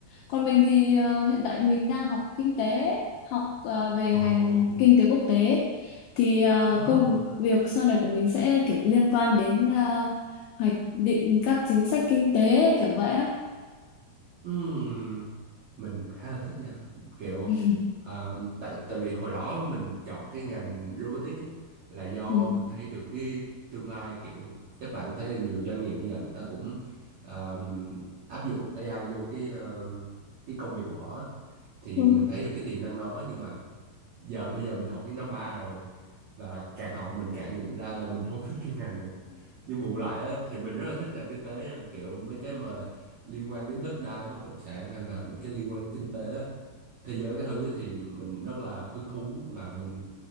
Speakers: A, on the left; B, on the right.
A: Còn mình thì ờ, hiện tại mình đang học kinh tế, học ờ, về
B: Ồ.
A: ngành kinh tế quốc tế. Thì ờ,
B: oh
A: công việc sau này của mình sẽ kiểu liên quan đến ờ, hoạch định các chính sách kinh tế kiểu vậy á.
B: ừm, mình khá là thích nha kiểu
A: <laughs>
B: à, tại tại vì hồi đó mình chọn cái ngành robotics á, là do
A: Ừ,
B: mình thấy được cái tương lai kiểu các bạn cũng thấy là nhiều doanh nghiệp giờ người ta cũng à, áp dụng AI vô cái ờ, cái công việc của họ á. thì
A: đúng.
B: mình thấy được cái tiềm năng đó nhưng mà giờ bây giờ mình học đến năm ba rồi và càng học mình càng nhận ra là mình không thích cái ngành này nhưng bù lại á, thì mình rất là thích ngành kinh tế nha. kiểu mấy cái mà liên quan đến đất đai bất động sản hay là mấy cái liên quan đến kinh tế á, thế giới cái thứ thì mình rất là hứng thú và mình